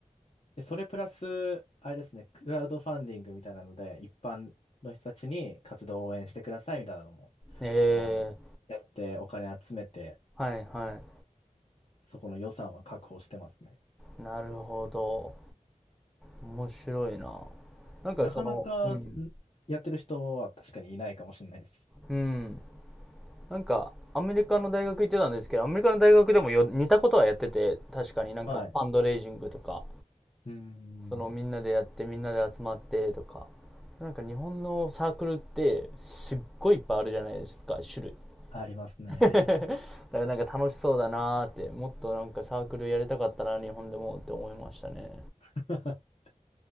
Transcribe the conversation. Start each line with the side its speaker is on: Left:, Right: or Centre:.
Left: で、それプラス、あれですね、クラウドファンディングみたいなので、一般の人たちに活動を応援してくださいみたいなのも、
Centre: うん。ええ、
Left: あの、やってお金集めて、
Centre: はいは
Left: そこの予算は確保してますね。
Centre: い。なるほど。面白いな。なんかその、
Left: なかなか、
Centre: うん、
Left: そんやってる人は確かにいないかもしれないです。
Centre: うん。なんか、アメリカの大学行ってたんですけど、アメリカの大学でもよ、似たことはやってて、確かになんか、
Left: はい。う
Centre: ファンドレイジングとか、
Left: ーん、
Centre: そのみんなでやって、みんなで集まってとか。なんか日本のサークルって、すっごいいっぱいあるじゃないですか、種類。
Left: ありますね。
Centre: <laughs> だからなんか楽しそうだなーって、もっとなんかサークルやりたかったな、日本でもって思いましたね。
Left: <laughs>